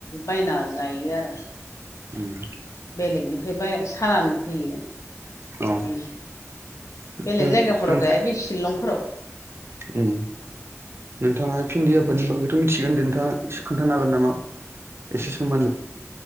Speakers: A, on the left (about 70°); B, on the right (about 50°).
A: बायना जायो आरो
B: ओम
A: बेलेगनिफ्राय बा सालान फैयो
B: औ
A: ओम
B: ओमफ्राय
A: बेलेग जायगाफोराव
B: नों
A: गाया बे शिलंफोराव
B: उम नोंथाङा भिन्दियाफोरनि बागैथ' मिथिगोन होनदों नोंथाङा एसे खोनथानो हागोन नामा एसे सम मान